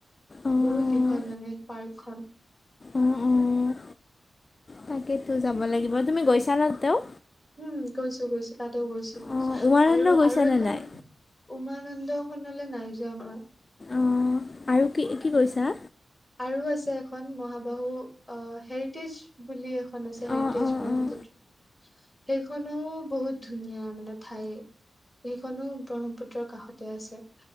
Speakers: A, on the left (about 30°); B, in the centre.
A: অঁ
B: বহুত দীঘল মানে পাৰ্কখন।
A: অঁ অঁ তাকেতো যাব লাগিব তুমি গৈছা ন তেওঁ?
B: হুম গৈছো গৈছো। তাতো গৈছো
A: অঁ উমানন্দ
B: আৰু
A: গৈছানে
B: আৰু এখন
A: নাই
B: উমানন্দ খনলে নাই যোৱা মই।
A: অ আৰু কি, কি কৰিছা?
B: আৰু আছে এখন মহাবাহু অ হেৰিটেজ বুলি এখন আছে হেৰিটেজ
A: অঁ অঁ
B: ব্ৰহ্ম
A: অঁ
B: পুত্ৰ। সেইখনো বহুত ধুনীয়া মানে ঠাই সেইখনো ব্ৰহ্মপুত্ৰৰ কাষতে আছে।